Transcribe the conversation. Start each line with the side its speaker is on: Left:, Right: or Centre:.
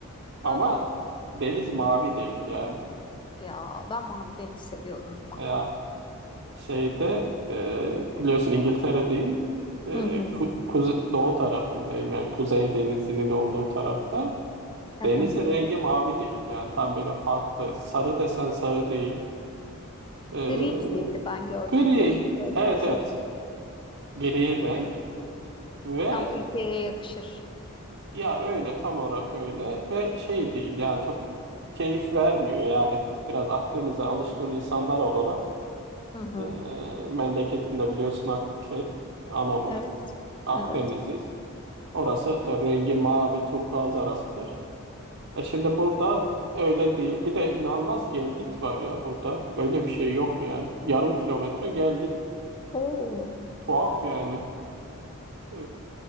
Right: Ama
Left: Aa,
Right: deniz mavi değil yani.
Left: ya ben mavi deniz seviyorum ama.
Right: Ya şeyde e, biliyorsun İngiltere'deyim. E,
Left: Hı hı.
Right: ku- kuze- doğu tarafındayım yani Kuzey Denizi'nin olduğu tarafta.
Left: Hı
Right: Denizin
Left: hı.
Right: rengi mavi değil. Yani tam böyle farklı. Sarı desen sarı değil. Ee,
Left: Gri gibiydi ben gördüğümde
Right: gri.
Left: böyle denizi.
Right: Evet evet. Gri renk. Ve
Left: Tam ülkeye yakışır.
Right: ya öyle tam olarak öyle. Ve şey değil yani çok keyif vermiyor yani. Biraz Akdeniz'e alışkın insanlar olarak.
Left: Hı hı.
Right: E, memleketimde biliyorsun Ak- şey Anamur.
Left: Evet.
Right: Akdeniz'deyiz.
Left: Evet.
Right: Orası da rengi mavi turkuaz arasıdır. E şimdi burada öyle değil. Bir de inanılmaz gel git var ya burada. Böyle bir şey yok yani. Yarım kilometre gel git.
Left: Oo.
Right: Tuhaf yani. Ee,